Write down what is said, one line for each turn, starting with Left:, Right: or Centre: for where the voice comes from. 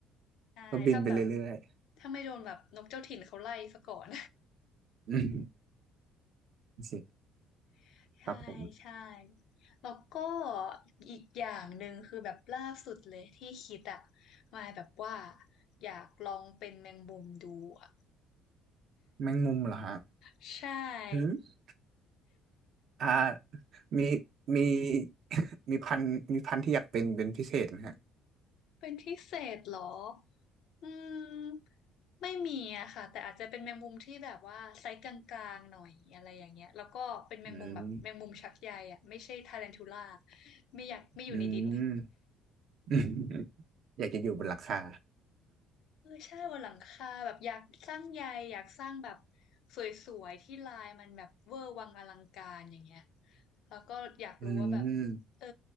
Left: ใช่ถ้าแบบ
Right: ก็บินไปเรื่อย
Left: ถ้าไม่โดนแบบนกเจ้าถิ่นเขาไล่ซะก่อน
Right: อืม <laughs> สิ
Left: <laughs> ใช่ใช่
Right: ครับผม
Left: แล้วก็อีกอย่างหนึ่งคือแบบล่าสุดเลยที่คิดอะมาแบบว่าอยากลองเป็นแมงมุมดูอะ
Right: แมงมุมเหรอฮะ
Left: ใช่
Right: อืมอ่ามีมี <laughs> มีพันธุ์มีพันธุ์ที่อยากเป็นเป็นพิเศษนะฮะ
Left: เป็นพิเศษเหรออืมไม่มีอะค่ะแต่อาจจะเป็นแมงมุมที่แบบว่าไซส์กลางๆหน่อยอะไรอย่างเงี้ยแล้วก็เป็นแมงมุมแบบแมงมุมชักใยอะไม่ใช่ทารันทูล่า
Right: อืม
Left: ไม่อยากไม่อยู่ในดิน
Right: อืมอืม <laughs> อยากจะอยู่บนหลังคา
Left: เออใช่บนหลังคาแบบอยากสร้างใยอยากสร้างแบบสวยๆที่ลายมันแบบเวอร์วังอลังการอย่างเงี้ยแล้วก็อยากรู้ว่าแบบ
Right: อืม
Left: เออ